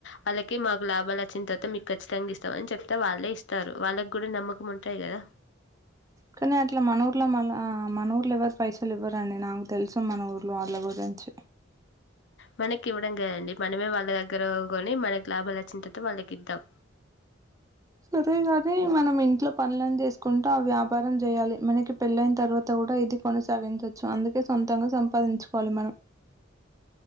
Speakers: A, on the left (about 65°); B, on the right (about 15°).
A: వాళ్ళకి మాకు లాభాలు వచ్చిన తర్వాత మీకు ఖచ్చితంగా ఇస్తామ అని చెప్తతే వాళ్ళే ఇస్తారు వాళ్ళకి కూడా నమ్మకం ఉంటాయి కదా
B: కానీ అట్లా మన ఊర్లా మళ మన ఊర్లు ఎవ్వరు పైసలు ఇవ్వరుండి నాకు తెలుసు మన ఊర్లో వాళ్ల గురించి
A: మనకి ఇవ్వడం కాదండీ మనమే వాళ్ళ దగ్గర కొని మనకు లాభాలు వచ్చిన తర్వాత వాళ్ళకి ఇద్దాం
B: సరే గాని మనం ఇంట్లో పనులను చేసుకుంటూ ఆ వ్యాపారం చేయాలి మనకి పెళ్ళయిన తర్వాత కూడా ఇది కొనసాగించవచ్చు అందుకే సొంతంగా సంపాదించుకోవాలి మనం